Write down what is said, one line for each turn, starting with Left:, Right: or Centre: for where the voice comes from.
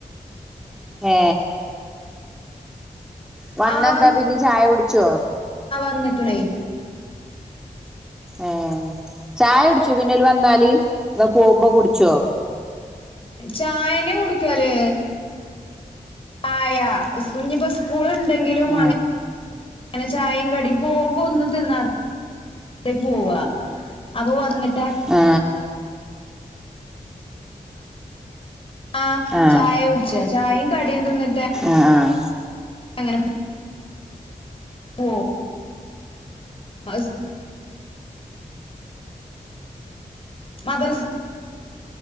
Centre: ഏ വന്ന
Left: ആഹ്
Centre: എന്താ പിന്നെ ചായ കുടിച്ചോ
Left: വന്നിക്കണ്
Centre: ഏ ചായ കുടിച്ചു പിന്നെ ഓല് വന്നാല് അതൊ പോകുമ്പോ കുടിച്ചോ
Left: ചായന്ന കുടിക്കല് ചായ ഇനിയിപ്പോ സ്കൂൾ ഉണ്ടെങ്കിലും
Centre: ഏ
Left: അങ്ങനെ അങ്ങനെ ചായേം കടീം പോകുമ്പോ ഒന്നും തിന്നാ തെ പോവാ അപ്പൊ വന്നിട്ട്
Centre: ആ
Left: ആ
Centre: ആഹ്
Left: ചായ കുടിച്ച ചായയും കടിയും തിന്നിട്ട്
Centre: ആഹ് ആഹ്
Left: അങ്ങനെ ഓ അ മദർസ്